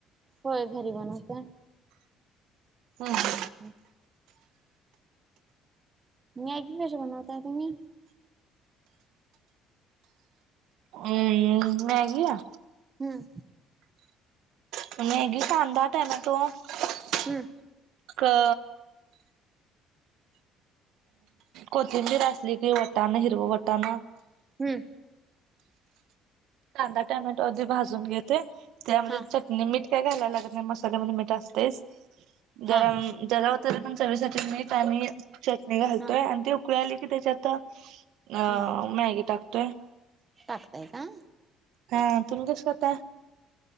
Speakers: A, on the right; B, on the right.
A: होय भरी बनवते.
B: हम ह.
A: ह ह. मीॅगी कश बनवता तुम्ही.
B: अम्म मॅगया.
A: हम्म.
B: तम हग खदा टाम त.
A: हम.
B: का? कोथिंबीर असली की वटाान हिरव वटान.
A: हम्म.
B: कांदा टोमॅटो आधी भाजून घेते त्यामध्ये
A: हा
B: च. मीठ काय घालायला लागत नाही मसाल्यामध्ये, मीठ असतेयज जरा
A: हा
B: जरा. तरी पण चवीसाठी मीठ आणि चटणी घालतोय,
A: हा
B: आणि ते उकळी आली की त्याच्यात. अ
A: हा
B: मॅगी टाकतोय.
A: टाकताय का.
B: हा तुम्ही कस करता.